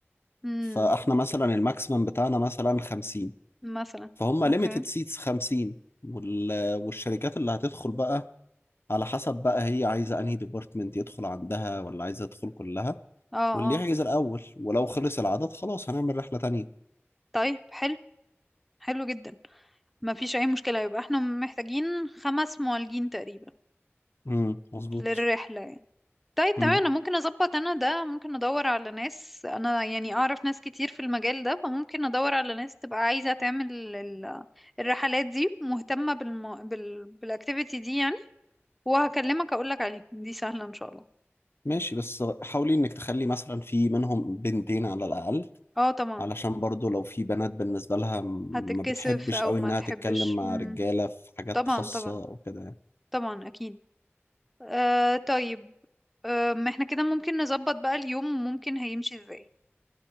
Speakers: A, in the centre; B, on the left.
A: امم
B: فاحنا مثلا الماكسيمم بتاعنا مثلا 50
A: مثلا
B: فهم ليميتد
A: اوكي
B: سيتس 50 وال- والشركات اللي هتدخل بقى على حسب بقى هي عايزه انهي ديبارتمنت يدخل عندها ولا عايزه تدخل كلها
A: اه
B: واللي يحجز
A: اه
B: الاول ولو خلص العدد خلاص هنعمل رحله تانية
A: طيب حلو حلو جدا ما فيش اي مشكلة يبقى احنا محتاجين خمس معالجين تقريبا
B: امم مظبوط
A: للرحلة يعني. طيب تمام
B: امم
A: انا ممكن اظبط انا ده ممكن ادور على ناس انا يعني اعرف ناس كتير في المجال ده فممكن ادور على ناس تبقى عايزة تعمل ال- الرحلات دي مهتمة بالم... بال... بالاكتيفيتي دي يعني وهكلمك اقولك عليه دي سهلة ان شاء الله
B: ماشي بس حاولي انك تخلي مثلا في منهم بنتين على الاقل
A: اه طبعا
B: علشان برضو لو في بنات بالنسبة لها م-
A: هتتكسف
B: ما بتحبش
A: او
B: قوي
A: ما
B: انها
A: تحبش
B: تتكلم مع
A: مم.
B: رجالة في حاجات
A: طبعا
B: خاصة
A: طبعا
B: او كده يعني.
A: طبعا اكيد آه طيب آه ما احنا كده ممكن نظبط بقى اليوم ممكن هيمشي ازاي